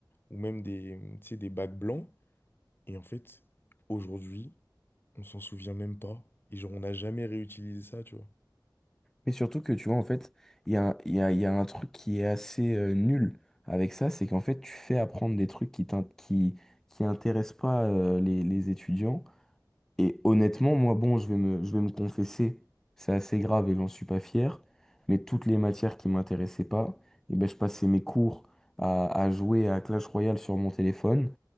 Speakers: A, on the left; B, in the centre.
A: ou même des, tu sais, des bacs blancs. Et en fait, aujourd'hui, on s'en souvient même pas. Et genre, on n'a jamais réutilisé ça, tu vois.
B: Mais surtout que tu vois, en fait, il y a, un- il y a, il y a un truc qui est assez euh, nul avec ça, c'est qu'en fait, tu fais apprendre des trucs qui t'in- qui, qui intéressent pas euh, les, les étudiants. Et honnêtement, moi, bon, je vais me, je vais me confesser, c'est assez grave et j'en suis pas fier, mais toutes les matières qui m'intéressaient pas, et ben, je passais mes cours à, à jouer à Clash Royale sur mon téléphone.